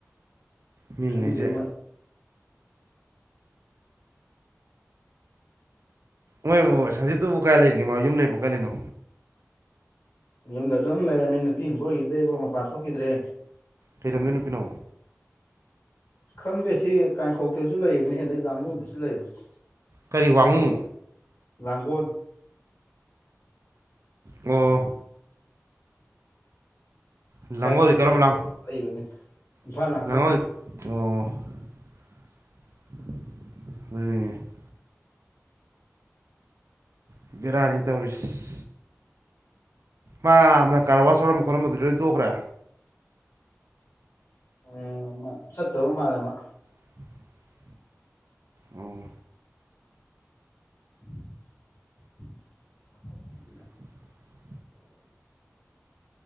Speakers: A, on the right; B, on the left.
A: ꯃꯤꯉꯩꯁꯦ
B: ꯈꯪꯗꯦ ꯃꯣꯏ
A: ꯃꯥꯏꯕꯨ ꯁꯟꯖꯤꯠꯇꯨꯕꯨ ꯀꯥꯏ ꯂꯩꯔꯤꯒꯦꯃ ꯌꯨꯝ ꯂꯩꯕ꯭ꯔꯣ ꯀꯥꯏ ꯂꯩꯅꯣ
B: ꯌꯨꯝꯗ ꯑꯗꯨꯝ ꯂꯩꯔꯝꯃꯦ ꯅꯨꯄꯤ ꯑꯃꯕ ꯀꫭꯏꯈꯤꯕꯗꯩꯕꯨ ꯃꯄꯥꯟ ꯊꯣꯛꯈꯤꯗꯔꯦ
A: ꯀꯩꯂꯝꯗꯩ ꯅꯨꯄꯤꯅꯣ
B: ꯈꯪꯗꯦ ꯁꯤ ꯀꯥꯏꯔꯦꯝꯕꯤꯈꫭꯛ ꯇꯁꯨ ꯂꯩꯕꯅꯤ ꯑꯗꯩ ꯂꯥꯡꯒꫭꯜꯗꯁꯨ ꯂꯩꯕꯅꯤ
A: ꯀꯔꯤ ꯋꯥꯡꯉꯨ
B: ꯂꯪꯒꯣꯟ
A: ꯑꯣ ꯂꯥꯡꯒꯣꯜꯗꯤ
B: ꯀꯥꯏꯔꯦꯝꯕꯤꯈꫭꯛ
A: ꯀꯔꯝꯕ ꯂꯥꯡ
B: ꯇꯁꯨ ꯂꯩꯕꯅꯤ ꯏꯝꯐꯥꯜ
A: <inaudible>
B: ꯂꯥꯡꯒꯣꯜ
A: ꯕꯦꯔꯥꯅꯤꯅꯦ ꯇꯧꯔꯤꯁꯦ ꯃꯥꯅ ꯍꯥꯟꯅ ꯀꯔꯋꯥꯁ ꯌꯥꯎꯔꯝꯕ ꯈꯣꯠꯂꯝꯕꯗꯨꯗꯤ ꯂꯣꯏꯅ ꯇꯣꯛꯈ꯭ꯔꯦ
B: ꯎꯝ ꯁꯠꯇꯕ ꯃꯟꯂꯦꯃꯥ
A: <inaudible> ꯑꯣ
B: <unintelligible>
A: <unintelligible>